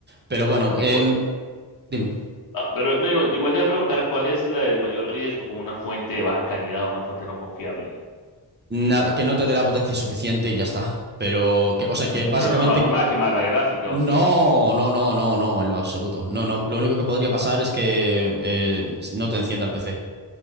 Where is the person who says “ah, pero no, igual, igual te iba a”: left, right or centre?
Left